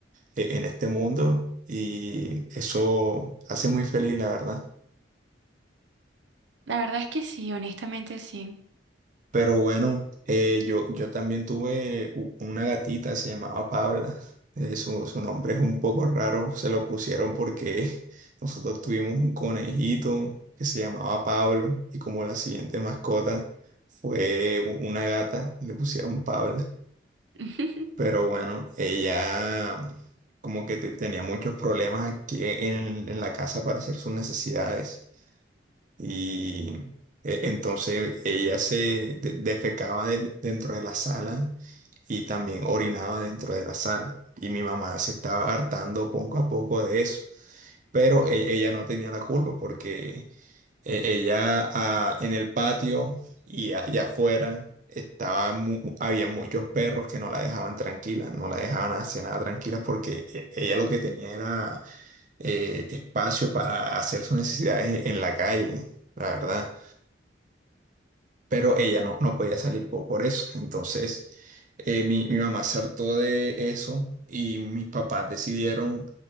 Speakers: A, on the right; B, on the right.
A: e- en este mundo, y eso hace muy feliz, la verdad.
B: La verdad es que sí, honestamente sí.
A: Pero bueno, eh, yo, yo también tuve u- una gatita, se llamaba Pabla. Eh, su, su nombre es un poco raro, se lo pusieron porque <laughs> nosotros tuvimos un conejito que se llamaba Pablo y como la siguiente mascota fue u- una gata, le pusieron Pabla.
B: <laughs>
A: Pero bueno, ella como que te- tenía muchos problemas aquí en, en la casa para hacer sus necesidades. Y eh, entonces ella se de- defecaba de- dentro de la sala y también orinaba dentro de la sala. Y mi mamá se estaba hartando poco a poco de eso. Pero e- ella no tenía la culpa porque eh, ella ah, en el patio y allá afuera estaba mu- había muchos perros que no la dejaban tranquila, no la dejaban hacer nada tranquila porque e- ella lo que tenía era eh, espacio para hacer sus necesidades en la calle, la verdad. Pero ella no, no podía salir po- por eso. Entonces, eh, mi, mi mamá se hartó de eso y mis papás decidieron